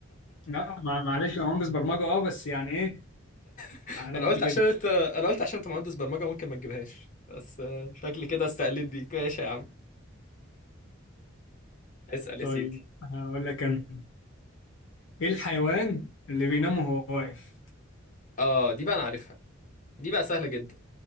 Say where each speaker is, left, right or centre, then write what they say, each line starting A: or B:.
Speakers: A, on the left; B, on the left.
A: لا مع- معلش انا مهندس برمجه اه بس يعني ايه
B: <laughs>
A: على
B: انا
A: قد
B: قلت عشان
A: كده
B: انت انا قلت عشان انت مهندس برمجة ممكن ما تجيبهاش بس آه، شكلي كده استقلت بيك ماشي يا عم اسأل يا
A: طيب
B: سيدي
A: هقول لك انا ايه الحيوان اللي بينام وهو واقف
B: اه دي بقى انا عارفها دي بقى سهلة جدا